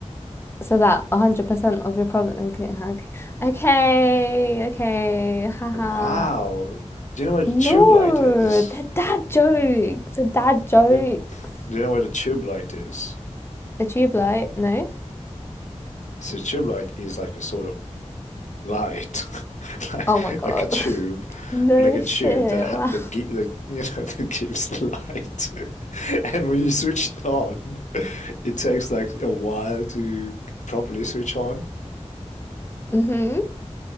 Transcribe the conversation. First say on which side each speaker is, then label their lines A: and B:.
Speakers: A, on the left (about 20°); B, on the left (about 90°).
A: So that 100% of your problem. Okay, okay, okay, okay, haha.
B: Wow. Do you know what
A: No,
B: a tube light is?
A: they're dad jokes. They're dad jokes.
B: Do, do you know what a tube light is?
A: A tube light? No?
B: So a tube light is like a sort of light, <laughs> like
A: Oh my god.
B: like a tube,
A: <laughs> No
B: like a
A: shit.
B: tube that ha
A: Wow.
B: that, gi that you know <laughs> that gives light. <laughs> And when you switch it on, it takes like a while to properly switch on.
A: Mm-hmm.